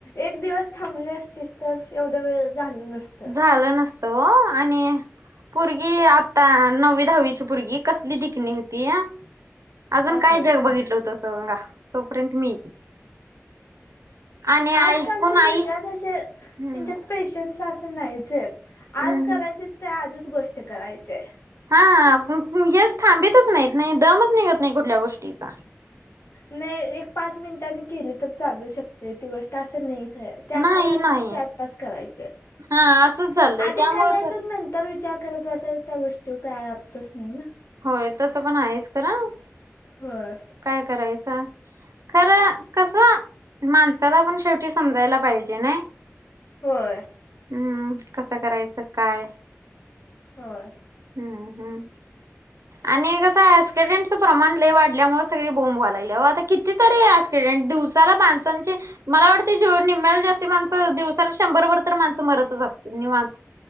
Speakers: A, on the left; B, on the right.
A: एक दिवस थांबले असतीच तर एवढ्या वेळ झालं नसत.
B: झालं नसतं व्हय आणि पुरर्गी आत्ता नववी, दहावीची पुरंर्गी कसली दिखंणी होत्या. अजून काय
A: करायच
B: जग
A: सांगा
B: बघितलं होत, अस मं आ तो पर्यंत मेली. आणि ऐकून
A: आजकालची
B: आई
A: दुनिया तशीये येच्या
B: हम्म
A: पेशन्स असे नाहीचे त
B: हम्म
A: आज करायचे ते, आजच गोष्ट करायचे.
B: हा कुणी थांबतच नाहीत, नाही दमंच निघंत नाही, कुठल्या गोष्टीचा.
A: नाही एक पाच मिनटांनी केली तर चालू शकते, ती गोष्ट असं नाही च ये. ते आत्ता
B: नाही
A: करायचे
B: नाही
A: ते आत्ताच करायचे,
B: हा असंच चाललंय
A: आधी
B: त्यामुळे
A: करायचः
B: तर
A: नंतर तर विचार करत बसायचं त्या गोष्टीचा काय अर्थच नाही ना.
B: ते तसं पण आहेच खरं
A: होय,
B: काय करायचा? खरं कसं माणसाला पण शेवटी समजायला पाहिजे ना.
A: होय,
B: हम्म, कसं करायचं काय
A: होय
B: हम्म, हम्म. आणि कसं असते ऍक्सिडेंटचं प्रमाण लैय वाढल्यामुळं स सगळी बोंब व्हायला लागल्या, आओ आता किती तरी ऍस्कीडेन्ट दिवसाला माणसांचे मला वाटतंय जो निम्म्याला जास्ती माणस दिवसाला शंभर भर तर माणसं मरतच असतील निवांत.